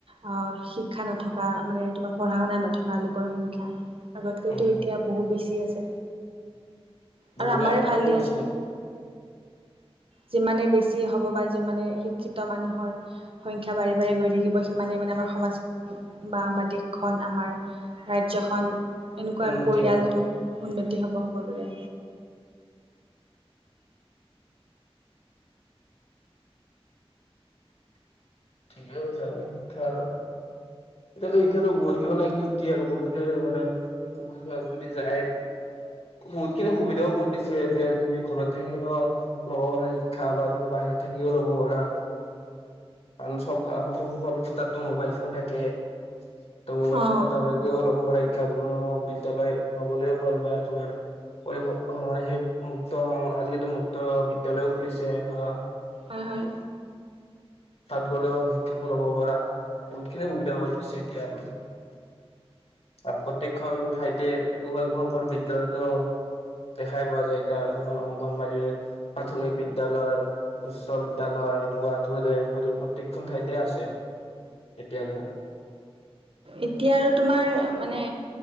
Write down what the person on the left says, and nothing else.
উম
বহুতে
কমিও
গৈছে
উন্নতি
হ'ব
ঠিকে কৈছা আৰু শিক্ষা আৰু এতিয়াতো শিক্ষাটো বহুত কি মানে কি কি আৰু কপিটো দিয়ে সিমানেই আৰু। যদি যায় বহুত খিনি সুবিধাও কৰি দিছে, যে তুমি ঘৰত থাকিগেনেও লব পাৰা শিক্ষা বা তুমি বা বাহিৰত থাকিও লব পাৰা। কাৰণ চব সকলোটো তাতটো মোবাইল ফোন থাকে। তহ মোবাইল
ফোনৰ দ্বাৰা দিও লব পাৰে শি ক্ষা বিদ্যালয় নগলেও হল বা তোমাৰ আকৌ এইবোৰ অ সেই মুক্ত আজিকালিতো মুক্ত বিদ্যালয়ও খুলিছে ধৰা।
তাত গ'লেও শিক্ষাটো ল'ব পাৰা, বহুতখিনি সুবিধা কৰি দিছে এতিয়া আৰু আ প্ৰত্যেকখন ঠাইতে একোখন একোখন হ'ল বিদ্যালয়তো দেখাই পোৱা যায় এতিয়া একোখন অংগনবাদী, প্ৰাথমিক বিদ্যালয়, উচ্চ বিদ্যালয় এনেকোৱা তোমাৰতো প্ৰত্যেকখন ঠাইতে আছে এতিয়া দিনত।